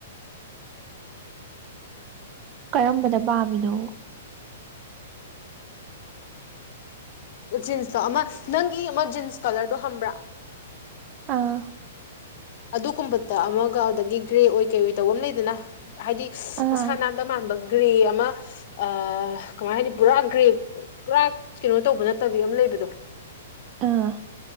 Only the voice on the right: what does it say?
ꯀꯔꯝꯕꯗ ꯄꯥꯝꯃꯤꯅꯣ
ꯑꯥ
ꯑꯥ
ꯑꯥ